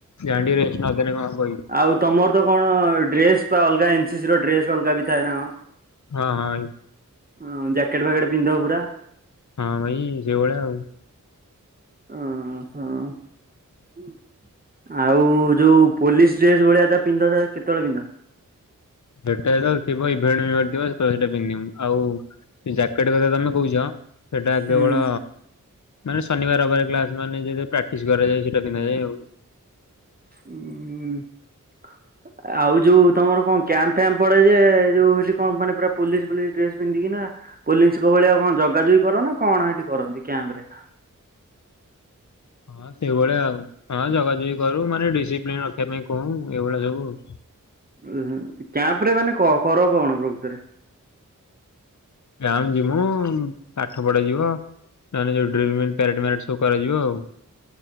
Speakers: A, on the left; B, on the right.
A: ଯାହା ଟିକେ ରେଷ୍ଟ ନଦେଲେ କଣ ହବ କି
B: ଆଉ ତମର ତ କଣ ଡ୍ରେସ୍ ବା ଅଲଗା ଏନସିସି ର ଡ୍ରେସ ଅଲଗା ବି ଥାଏ ନାକଣ?
A: ହଁ ହଁ ଭାଇ।
B: ହଁ ଜ୍ୟାକେଟ ଫାକେଟ ପିନ୍ଧିବ ପୁରା।
A: ହଁ ଭାଇ ସେଓଳିଆ ଆଉ
B: ହ ହଁ ଆଉ ଯୋଉ ପୋଲିସ ଡ୍ରେସ ଭଳିଆ ପିନ୍ଧ ତା କେତେବେଳେ ପିନ୍ଧ?
A: ସେଟା ତ ଥିବ ଇଭେଣ୍ଟେଣ୍ଟ ଥିବ ସେଟା ପିନ୍ଧିବୁ ଆଉ ଜ୍ୟାକେଟ କଥା ତମେ କହୁଛ। ସେଟା କେବଳ
B: ହୁଁ।
A: ମାନେ ଶନିବାର ରବିବାର କ୍ଲାସ ମାନେ ଯୋଉଟା ପ୍ରାକ୍ଟିସ କରାଯାଏ ସେଇଟା ପିନ୍ଧାଯାଏ ଆଉ
B: ହୁଁ ଆଉ ଯୋଉ ତମର କଣ କ୍ୟାମ୍ପ କ୍ୟାମ୍ପ ପଡେ ଯେ ଯୋଉ ହଉଛି କଣ ମାନେ ପୁରା ପୋଲିସ ପୋଲିସ ଡ୍ରେସ ପିନ୍ଧିକି ନା ପୋଲିସଙ୍କ ଭଳିଆ କଣ ଜଗାଜଗି କର ନା କଣ ସେଠି କରନ୍ତି କ୍ୟାମ୍ପରେ
A: ହଁ ସେଇଭଳିଆ ଆଉ ହଁ ଜଗାଜଗି କରୁ ମାନେ ଡିସିପ୍ଲିନ ରଖିବା ପାଇଁ କହୁ ଏଇଭଳିଆ ସବୁ ଆଉ।
B: ଉ କ୍ୟାମ୍ପ ରେ ମାନେ କର କଣ ପ୍ରକୃତରେ?
A: କ୍ୟାମ୍ପ ଯିବୁ ମୁଁ ପାଠ ପଢା ଯିବ ନହେଲେ ଯୋଉ ଡ୍ରିଲ୍ ମିଲ୍ ପ୍ୟାରେଡ୍ ମ୍ୟାରେଡ୍ ସବୁ କରାଯିବ ଆଉ।